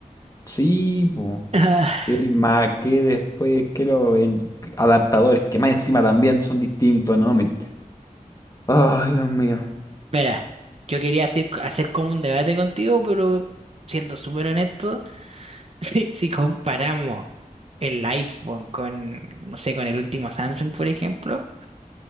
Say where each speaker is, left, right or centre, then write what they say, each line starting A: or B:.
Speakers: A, on the left; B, on the right.
A: Sí, po.
B: Ah,
A: el Mac, que después, que los en- adaptadores, que más encima también son distintos, ¿no? Me- Ay, Dios mío.
B: <laughs> Mira, yo quería hacer, hacer como un debate contigo, pero siendo súper honesto. <laughs> Si, si comparamos el iPhone con, no sé, con el último Samsung, por ejemplo,